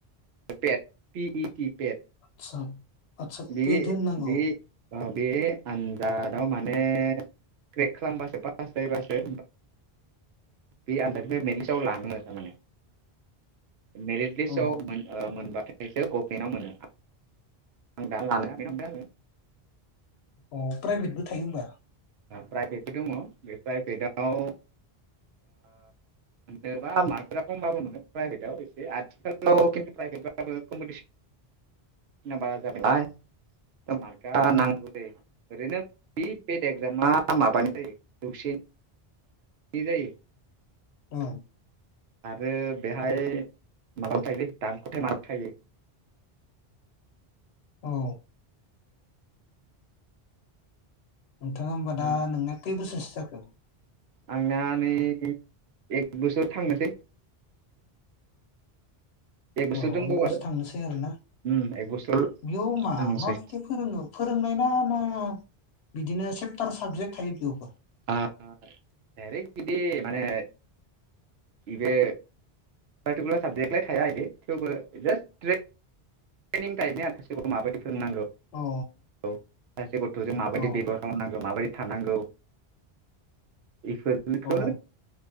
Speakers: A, on the right; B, on the left.
A: पेत पि इ टि पेट
B: आदसा आदसा
A: बे
B: पेट होननांगौ?
A: बे ओ बे आनजादाव माने क्रेक खालामबासो पास जायबासो बे आनजादनिफ्राय बे मेलिसाव लाङो थारमाने मेरिट लिसाव
B: औ
A: मोनबाथाय बेखौ गभमेन्टाव मोनो आं दा लानाया बे नदों आङो
B: अ प्राइभेटबो थायो होनबा?
A: प्राइभेटबो दङ' बे प्राइभेटाव मोनोबा मार्कफोरा खमबाबो मोनो प्राइभेटआव एसे आथिखालाव खिन्थु प्राइभेटबाबो कमपिटिसन बारा जाबायनालाय मारगा
B: उम
A: नांगौ दे। ओरिनो बि पेट एक्जामा माबानि जायो जौसे नि जायो
B: औ।
A: आरो बेहाय माबाबो थयोलै दानख'थाय माबो थायो।
B: औ। नोंथाङा होमबा
A: आं
B: दा नोंना खै बोसोरसो जाखो?
A: आंना नै एक बोसोर थांनोसै। एक
B: औ
A: बोसोर दंबावो
B: बेबोसो
A: आरो
B: थांनोसै आरोना
A: उम एक बोसोर
B: बेयाव मा
A: थांनोसै
B: माबायदि फोरोङो फोरोंनाय? <inaudible> बिदिनो सेपटार साबजेक्ट थायो बेवबो
A: ओ दारेक्ट बिदि माने बे पार्टिकुलार साबजेक्टलाय थाया बिदि थेवबो जासट ट्रनिंटाइपनि आ सासेखौथ माबायदि फोरोंनांगौ
B: औ
A: सासे गथ'जों माबायदि
B: औ
A: बेबहार खालामनांगौ माबायदि थानांगौ इफोर लखौनो
B: औ